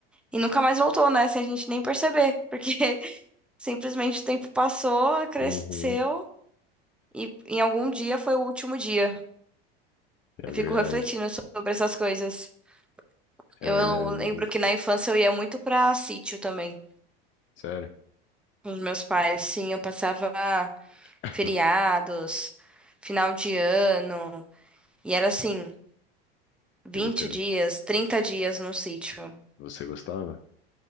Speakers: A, in the centre; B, on the left (about 40°).
A: E nunca mais voltou, né? Sem a gente nem perceber. Porque <laughs> simplesmente o tempo passou, cresceu.
B: uhum.
A: E em algum dia foi o último dia.
B: É
A: Eu
B: verdade,
A: fico refletindo sobre essas coisas.
B: é
A: Eu
B: verdade.
A: lembro que na infância eu ia muito pra sítio também,
B: Sério?
A: com os meus pais. Sim, eu passava
B: <coughs>
A: feriados, final de ano, e era assim, 20
B: E você,
A: dias, 30 dias num sítio.
B: você gostava?